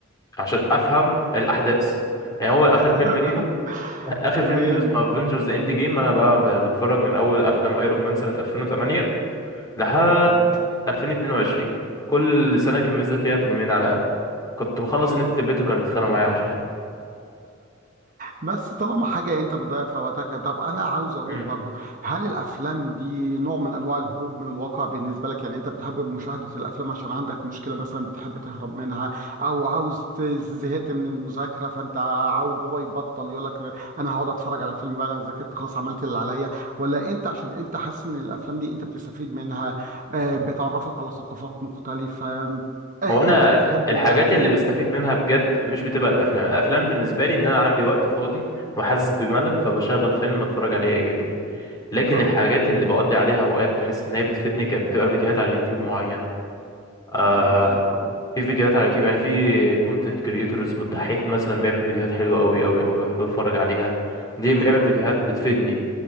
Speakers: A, on the left (about 20°); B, on the right (about 40°).
A: عشان افهم
B: واو
A: الاحداث يعني هو اخر فيلم
B: <laughs>
A: ليهم اخر
B: تمام
A: فيلم ليهم اسمه افنجرز اند جيم انا بقى م- بتفرج من اول افلام ايرون مان سنه 2008 لحد
B: تمام
A: 2022 كل سنه كان منزل فيها فيلمين على الاقل كنت بخلص
B: حلو
A: نت في البيت وكانوا بيتخانقوا معايا
B: بس طالما حاجة انت بتضيع فيها وقتك طب انا عاوز اقول
A: مم.
B: برضو هل الافلام دي نوع من انواع الهروب من الواقع بالنسبة لك يعني انت بتحب مشاهدة الافلام عشان عندك مشكلة مثلا بتحب تهرب منها او عاوز ت- زهقت من المذاكرة فانت عاوز بابا يبطل يقول لك انا هقعد اتفرج على فيلم بقى انا ذاكرت خلاص عملت اللي عليا ولا انت عشان انت حاسس ان الافلام دي انت بتستفيد منها آه، بتعرفك على ثقافات مختلفة آه،
A: هو انا
B: انت بتحب
A: الحاجات
B: ده
A: اللي بستفيد منها بجد مش بتبقى الافلام الافلام بالنسبه لي ان انا عندي وقت فاضي وحاسس بملل فبشغل فيلم اتفرج عليه يعجبني لكن
B: او
A: الحاجات اللي بقضي عليها اوقات بحس ان هي بتفيدني كانت بتبقى فيديوهات على اليوتيوب معينه آه
B: تمام حلو قوي
A: في فيديوهات على اليوتيوب يعني في كونتنت كريتور اسمه الدحيح مثلا بيعمل فيديوهات حلوه قوي قوي قوي بحب اتفرج عليها دي بيعمل
B: حلو
A: فيديوهات
B: قوي
A: بتفيدني